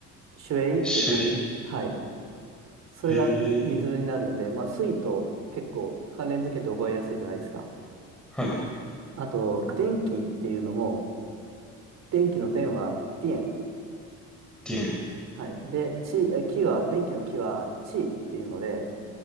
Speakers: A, on the right (about 55°); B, in the centre.
A: シュエイっていう感じ。
B: シェイ。
A: はい。それが水になるんで、
B: へえ、
A: まあ、水と結構関連づけて覚えやすいじゃないですか。
B: はい、
A: あと、電気っていうのも、電気の電は電。
B: 天、
A: はい。で、地、え気は、電気の気は地っていうので、